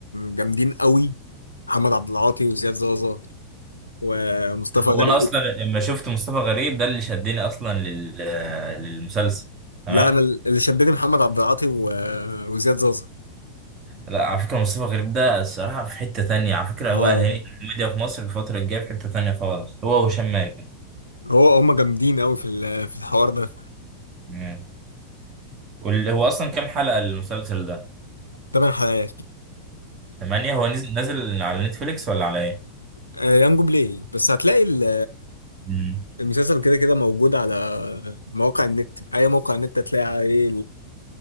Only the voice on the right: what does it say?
هو انا اصلا لما شفت مصطفى غريب ده اللي شدني اصلا لل للمسلسل تمام
لا على فكرة مصطفى غريب ده الصراحة في حتة تانية على فكرة هو
مم. الهيئة الكوميديا في مصر الفترة الجاية في حتة تانية خالص هو وهشام مالك
مم. واللي هو أصلا كام حلقة المسلسل ده؟
تمانية هو نزل نازل على نتفليكس ولا على إيه؟
مم.